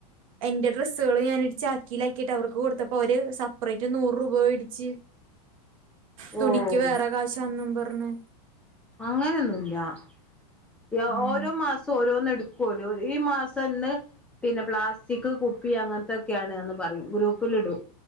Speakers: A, on the right; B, in the centre.
A: എന്റെ ഡ്രസ്സുകള് ഞാന് ഒരു ചാ ക്കിലാക്കിട്ട് അവർക്ക് കൊടുത്തപ്പോ അവര് സപ്പറേറ്റ് നൂറ് രൂപ മേടിച്ച്. തുണിക്ക്
B: ഓഹ്
A: വേറെ കാശാന്നും പ പറഞ്ഞ്
B: അങ്ങനൊന്നുല്ല. <unintelligible>
A: ആഹ്
B: ഓരോ മാസം ഓരോന്ന് എട് <unintelligible> ഓരോന്ന് ഈ മാസംന്നെ പിന്നെ പ്ലാസ്റ്റിക് കുപ്പി അങ്ങനത്തെ ഒക്കെയാണെന്ന് പറയും ഗ്രൂപ്പിൽ ഇടും.